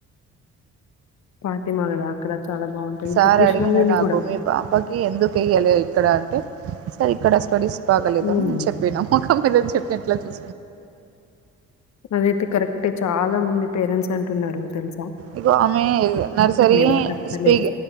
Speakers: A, on the left; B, on the right.
A: ఫాతిమ కదా అక్కడ చాలా బావుంటది.
B: సార్
A: ఇంకా 'కృష్ణవేణి'
B: అడిగండి నాకు
A: గూడా.
B: మీ పాపకి ఎందుకు ఇయ్యలే ఇక్కడ అంటే స ఇక్కడ స్టడీస్ బాగలేదాం
A: హ్మ్.
B: నేను చెప్పిన ముఖం మీ చెప్ప ఎట్లా చూా
A: అదైతే కరెక్టే చాలా మంది పేరెంట్స్ అంటున్నారు తెలుసు
B: ఇగో ఆమె నర్సరీ
A: దాకా అస్తలేదు.
B: స్పీక్